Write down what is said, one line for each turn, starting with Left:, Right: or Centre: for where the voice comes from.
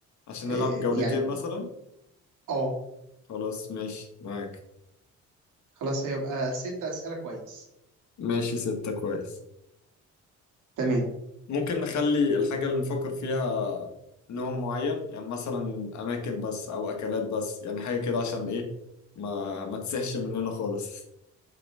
Left: عشان
Right: آه،
Left: نلعب جولتين
Right: يعني
Left: مثلا
Right: اه
Left: خلاص ماشي معاك
Right: خلاص هيبقى ست اسئله كويس
Left: ماشي ستة كويس
Right: تمام
Left: ممكن نخلي الحاجة اللي نفكر فيها نوع معين يعني مثلا أماكن بس أو أكلات بس يعني حاجة كده عشان إيه ما ما تسحش مننا خالص